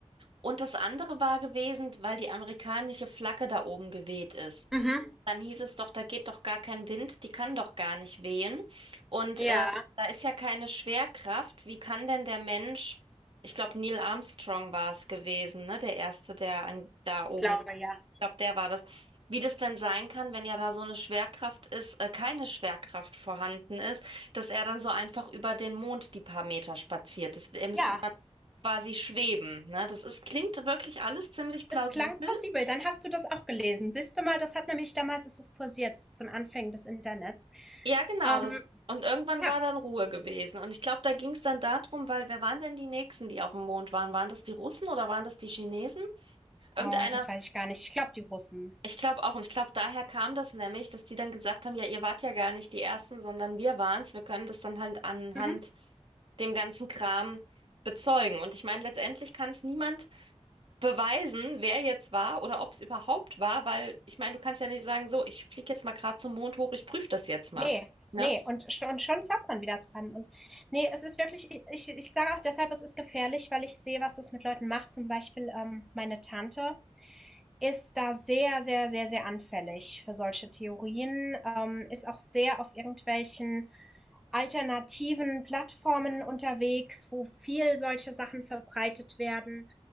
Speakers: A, on the right; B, in the centre.
A: Und das andere war gewesen, weil die amerikanische Flagge da oben geweht ist.
B: Mhm.
A: Dann hieß es doch, da geht doch gar kein Wind, die kann doch gar nicht wehen. Und
B: Ja,
A: äh, da ist ja keine Schwerkraft. Wie kann denn der Mensch, ich glaube, Neil Armstrong war es gewesen, ne? Der Erste, der an, da oben
B: ich glaube ja.
A: glaube, der war das. Wie das denn sein kann, wenn ja da so eine Schwerkraft ist, äh, keine Schwerkraft vorhanden ist, dass er dann so einfach über den Mond die paar Meter spaziert. Das, er müsste
B: Ja,
A: dann quasi schweben, ne? Das ist, klingt wirklich alles ziemlich plausibel.
B: es klang plausibel. Dann hast du das auch gelesen. Siehst du mal, das hat nämlich damals, ist es kursiert, zu den Anfängen des Internets.
A: Ja, genau,
B: Ähm,
A: das. Und irgendwann
B: ja.
A: war dann Ruhe gewesen. Und ich glaube, da ging es dann darum, weil wer waren denn die Nächsten, die auf dem Mond waren? Waren das die Russen oder waren das die Chinesen? Irgendeiner
B: Oh, das weiß ich gar nicht. Ich glaube, die Russen.
A: Ich glaube auch, und ich glaube, daher kam das nämlich, dass die dann gesagt haben, ja, ihr wart ja gar nicht die Ersten, sondern wir waren's. Wir können das dann halt anhand
B: Mhm.
A: dem ganzen Kram bezeugen. Und ich meine, letztendlich kann es niemand beweisen, wer jetzt war oder ob es überhaupt war, weil ich meine, du kannst ja nicht sagen, so, ich fliege jetzt mal gerade zum Mond hoch, ich prüfe das jetzt mal.
B: Nee,
A: Ne?
B: nee. Und schon, schon klappt man wieder dran. Und nee, es ist wirklich, ich, ich, ich sage auch deshalb, es ist gefährlich, weil ich sehe, was das mit Leuten macht. Zum Beispiel ähm, meine Tante, ist da sehr, sehr, sehr, sehr anfällig für solche Theorien, ähm, ist auch sehr auf irgendwelchen alternativen Plattformen unterwegs, wo viel solche Sachen verbreitet werden.